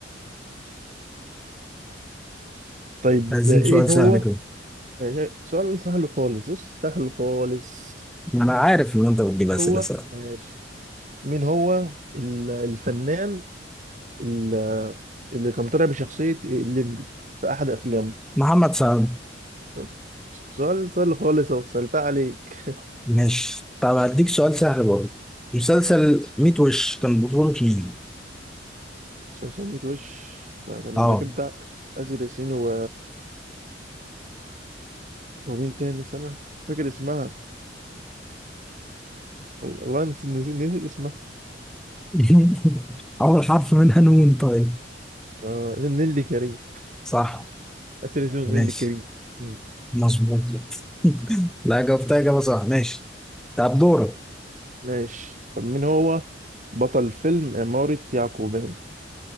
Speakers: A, on the right; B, in the centre.
A: طيب
B: عايزين
A: ايه
B: سؤال
A: هو
B: سهل كده
A: ماشي سؤال سهل خالص بص سهل خالص
B: انا عارف ان انت بتجيب
A: إيه
B: اسئلة
A: هو
B: سهلة
A: ماشي مين هو ال- الفنان ال- اللي كان طالع بشخصية الليمبي في أحد أفلامه
B: محمد سعد
A: طب، سؤال سهل خالص أهو سألتها عليك
B: ماشي طب هديك سؤال سهل برضه مسلسل 100 وش كان بطولة مين؟
A: عشان سميت وش كان
B: اه
A: ده كنت آسر ياسين و... ومين تاني سنة فاكر اسمها وال- والله نس- نس- نسيت اسمها
B: <laughs> اول حرف منها نون طيب
A: آه نيللي كريم
B: صح
A: آسر ياسين ونيللي
B: ماشي
A: كريم مم.
B: مظبوط لا جاوبتها إجابة صح ماشي طب دورك
A: ماشي طب مين هو بطل فيلم عمارة يعقوبيان